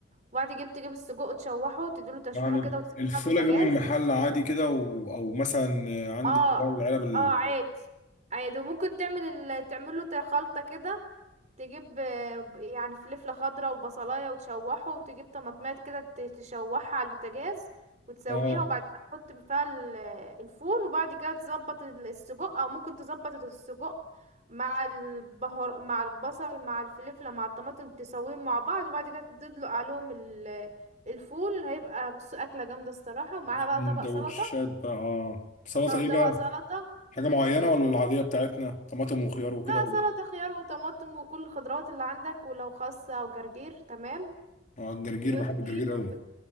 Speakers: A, on the right (about 35°); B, on the left (about 40°).
A: وبعد كده تجيب السجق تشوحه تديله تشويحه
B: يعني
A: كده وتسيبه
B: الفول
A: على البوتاجاز
B: اجيبه من المحل عادي كده و... او مثلا عندي
A: اه
B: اللي هو العلب ال...
A: اه عادي عادي وممكن تعمل ال... تعمل له تا- خلطة كده تجيب آه، ب- يعني فلفلة خضراء وبصلاية وتشوحه وتجيب طماطمات كده ت- تشوحها على البوتاجاز وتسويها
B: اه
A: وبعد كده تحط فيها ال- الفول وبعد كده تظبط ال- السجق او ممكن تظبط السجق مع البهار مع البصل مع الفلفلة مع الطماطم تسويهم مع بعض وبعد كده تدلق عليهم ال- الفول هيبقى بص أكلة جامدة الصراحة ومعاها بقى
B: سندوتشات
A: طبق سلطة
B: بقى اه سلطه
A: اه
B: ايه
A: طبق
B: بقى
A: سلطة
B: حاجه معينه
A: مم.
B: ولا العاديه بتاعتنا طماطم وخيار وكده
A: لا
B: و...
A: سلطة خيار وطماطم وكل الخضروات اللي عندك ولو خاصة او جرجير تمام
B: اه الجرجير
A: وتجيب
B: بحب الجرجير قوي